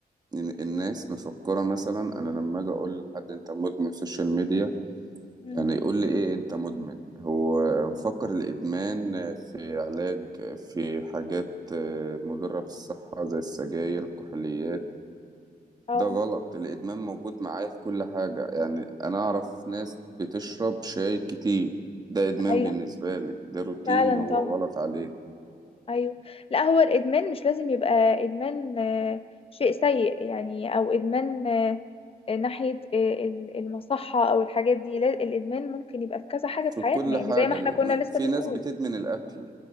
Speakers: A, on the right; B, on the left.
A: ال- الناس مفكرة مثلا انا لما اجي اقول لحد انت مدمن سوشيال ميديا
B: مم.
A: يعني يقول لي ايه انت مدمن هو مفكر الادمان في علاج في حاجات مضرة بالصحة زي السجاير الكحوليات
B: اه
A: ده غلط الادمان موجود معايا في كل حاجة يعني انا اعرف ناس بتشرب شاي كتير ده ادمان
B: ايوه
A: بالنسبة لي ده روتين
B: فعلا
A: هو
B: طبعا.
A: غلط عليه
B: ايوه لا هو الادمان مش لازم يبقى ادمان آه، شيء سيء يعني او ادمان آه، آه، ناحيه آه، ال- المصحه او الحاجات دي لا الادمان ممكن يبقى في كذا حاجه في
A: في
B: حياتنا
A: كل
B: يعني
A: حاجة
B: زي ما احنا
A: الادمان
B: كنا لسه
A: في
B: بنقول
A: ناس بتدمن الاكل